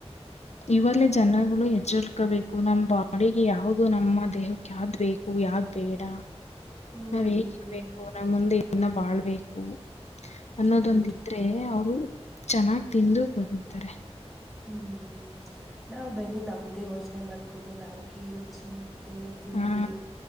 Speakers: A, on the left; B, in the centre.
A: ಇವಲ್ಲಿ ಜನಗಳು ಎಚ್ಚಳ್ಕೋಬೇಕು ನಮ್ಮ್ ಬಾಡಿಗೆ ಯಾವ್ದ ನಮ್ಮ ದೇಹಕ್ಕೆ ಯಾವ್ ಬೇಕು ಹೂ ಯಾವಾಗ ಬೇಡ
B: ಹ್ಮ್
A: ನಾವ್ ಹೇಗಿರ್ಬೇಕು
B: ಹ್ಮ್
A: ನಮ್ಮ ಮುಂದೆ ಇನ್ನ ಬಾಳ್ಬೇಕು ಅನ್ನೋದೊಂದಿದ್ರೆ
B: ಹೌದು
A: ಅವರು ಚೆನ್ನಾಗ್ ತಿಂದು ಬದುಕ್ತಾರೆ
B: ಹ್ಮ್ ನಾವ್ ಬರೀ ನಮ್ದೇ ಯೋಚನೆ ಮಾಡ್ಕೊಂಡು ನಾಲ್ಗೆ ರುಚಿ ಅಂತ ತೇಳಿ ತಿಂದ್ರಿ
A: ಹಾ